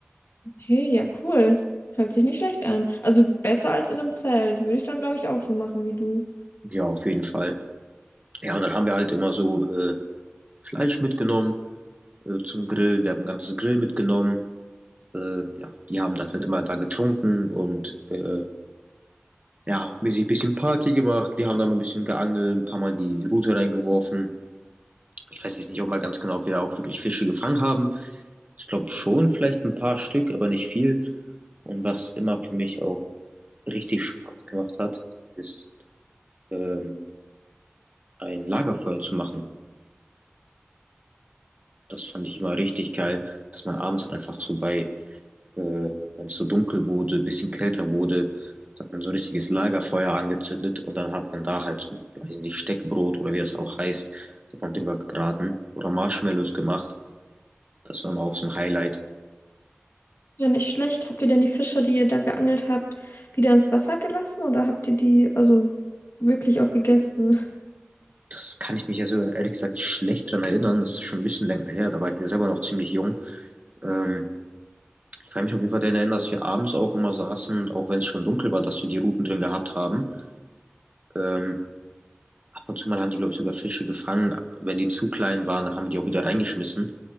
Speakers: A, on the left (about 65°); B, on the right (about 35°).
A: Okay, ja, cool. Hört sich nicht schlecht an. Also besser als in einem Zelt. Würde ich dann, glaube ich, auch so machen wie du.
B: Ja, auf jeden Fall. Ja, und dann haben wir halt immer so äh, Fleisch mitgenommen äh, zum Grillen. Wir haben ein ganzes Grill mitgenommen. Äh, ja, die haben dann halt immer da getrunken und äh, Ja, auch ein bisschen bisschen Party gemacht. Wir haben da mal ein bisschen geangelt, ein paar Mal die Rute reingeworfen. Ich weiß jetzt nicht auch mal ganz genau, ob wir da auch wirklich Fische gefangen haben. Ich glaube schon, vielleicht ein paar Stück, aber nicht viel. Und was immer für mich auch richtig Spaß gemacht hat, ist ähm, ein Lagerfeuer zu machen. Das fand ich immer richtig geil, dass man abends einfach so bei Äh, wenn es so dunkel wurde, bisschen kälter wurde, hat man so ein richtiges Lagerfeuer angezündet und dann hat man da halt so, weiß nicht, Steckbrot oder wie das auch heißt, hat man drüber gebraten oder Marshmallows gemacht. Das war immer auch so ein Highlight.
A: Ja, nicht schlecht. Habt ihr denn die Fische, die ihr da geangelt habt, wieder ins Wasser gelassen oder habt ihr die also wirklich auch gegessen?
B: Das kann ich mich ja sogar ehrlich gesagt schlecht dran erinnern. Das ist schon ein bisschen länger her. Da war ich ja selber noch ziemlich jung. Ähm, ich kann mich auf jeden Fall daran erinnern, dass wir abends auch immer saßen und auch wenn es schon dunkel war, dass wir die Ruten drin gehabt haben. Ähm, ab und zu mal haben die, glaube ich, sogar Fische gefangen. Wenn die zu klein waren, dann haben wir die auch wieder reingeschmissen.